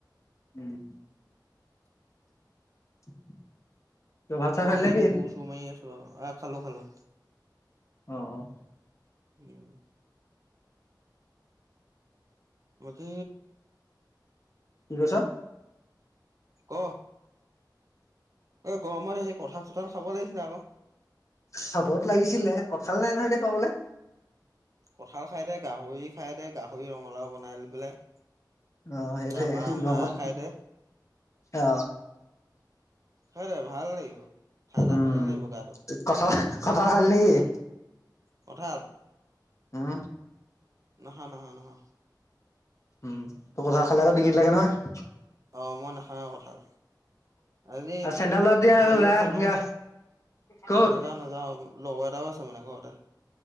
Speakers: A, on the left; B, on the right.
A: উম <inaudible> চাত
B: ঘৰতে
A: খালি নেকি?
B: এনেই কোচো মাৰি আছো আৰু আহ খালো খালো।
A: অ!
B: উম। বাকী?
A: কি কৈছা?
B: ক? এই গৰমত সেই কঁঠাল চঠাল খাব লাগিছিলে আকৌ।
A: চাবতো লাগিছিলে কঁঠাল নাই নহয় এতিয়া পাবলৈ।
B: কঁঠাল খাইদে গাহৰি খাইদে গাহৰি ৰঙালাও বনাই পেলাই।
A: আহ সেইটোয়ে
B: তাৰ পৰা হাঁহ
A: গমত
B: খাই দে
A: অ।
B: খাই দে ভাল লাগিব। ঠাণ্ডা
A: উম
B: ঠাণ্ডা লাগিব গাটো
A: কঁঠাল কঁঠাল খালি নেকি?
B: কঠাল?
A: হম।
B: নহা নহা নহয়।
A: উম তোৰ কঁঠাল খালে আকৌ ডিঙিত লাগে নহয়।
B: অ মই নাখাওঁ কঁঠাল আজি
A: চেণ্ডেল দিয়া
B: হেৰি
A: লৈ
B: আছে
A: আহোগে।
B: নহয়
A: কত?
B: নাযাওঁ নাযাওঁ লগৰ এটাও আছে মানে ঘৰতে